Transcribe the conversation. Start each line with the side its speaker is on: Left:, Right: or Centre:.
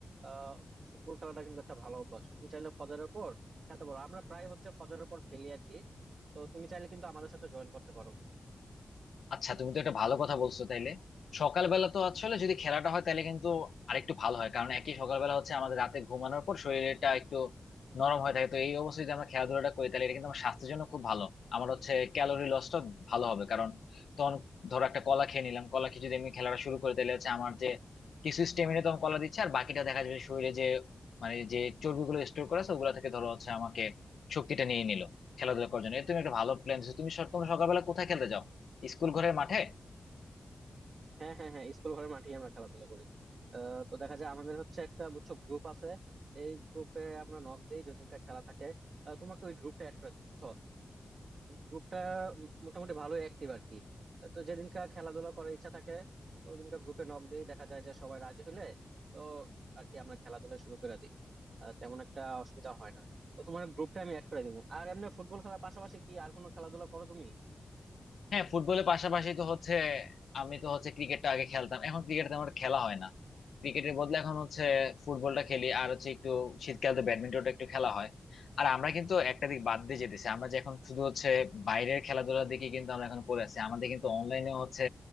Right: আহ ফুটবল খেলাটা কিন্তু একটা ভালো অভ্যাস তুমি চাইলে ফজরের পর খেতে পারো আমরা প্রায় হচ্ছে ফজরের পর খেলি আর কি তো তুমি চাইলে কিন্তু আমাদের সাথে জয়েন করতে পারো
Left: আচ্ছা তুমি তো একটা ভালো কথা বলছো তাইলে সকালবেলা তো আসলে যদি খেলাটা হয় তাহলে কিন্তু আরেকটু ভালো হয় কারণ একই সকালবেলা হচ্ছে আমাদের রাতে ঘুমানোর পর শরীরটা একটু নরম হয়ে থাকে তো এই অবস্থায় যদি আমরা খেলাধুলাটা করি তাহলে এটা কিন্তু আমার স্বাস্থ্যের জন্য খুব ভালো আমার হচ্ছে ক্যালোরি লসটা ভালো হবে কারণ তখন ধরো একটা কলা খেয়ে নিলাম কলা খেয়ে যদি আমি খেলাটা শুরু করি তাহলে হচ্ছে আমার যে কিছু স্টেমিনা তখন কলা দিচ্ছে আর বাকিটা দেখা যাবে শরীরে যে মানে যে চর্বিগুলো স্টোর করা আছে ওগুলা থেকে ধরো হচ্ছে আমাকে শক্তিটা নিয়ে নিল খেলাধুলা করার জন্য এই তুমি একটা ভালো প্ল্যান দিচ্ছ। তুমি সব- তোমরা সকালবেলা কোথায় খেলতে যাও স্কুল ঘরের মাঠে
Right: হ্যাঁ হ্যাঁ হ্যাঁ স্কুল ঘরের মাঠেই আমরা খেলাধুলা করি আহ, তো দেখা যায় আমাদের হচ্ছে একটা বুঝছো গ্রুপ আছে এই গ্রুপে আমরা নক দিই যেদিনকার খেলা থাকে আহ, তোমাকে ওই গ্রুপটা অ্যাড করে দিই বুঝছো গ্রুপটা মোটামুটি ভালোই অ্যাক্টিভ আর কি আহ, তো যেদিনকার খেলাধুলা করার ইচ্ছা থাকে তো ওদিনকার গ্রুপে নক দিই দেখা যায় যে সবাই রাজি হলে তো আর কি আমরা খেলাধুলা শুরু করে দিই আহ, তেমন একটা অসুবিধা হয় না তো তোমার গ্রুপটা আমি অ্যাড করে দিবো আর এমনি ফুটবল খেলার পাশাপাশি কি আর কোনো খেলাধুলা করো তুমি
Left: হ্যাঁ ফুটবলের পাশাপাশি তো হচ্ছে আমি তো হচ্ছে ক্রিকেটটা আগে খেলতাম এখন ক্রিকেট তেমন একটা খেলা হয় না ক্রিকেটের বদলে এখন হচ্ছে ফুটবলটা খেলি আর হচ্ছে একটু শীতকাল তো ব্যাডমিন্টনটা একটু খেলা হয় আর আমরা কিন্তু একটা দিক বাদ দিয়ে যেতেছি আমরা যে এখন শুধু হচ্ছে বাইরের খেলাধুলার দিকে কিন্তু আমরা এখন পড়ে আছি আমাদের কিন্তু অনলাইনেও হচ্ছে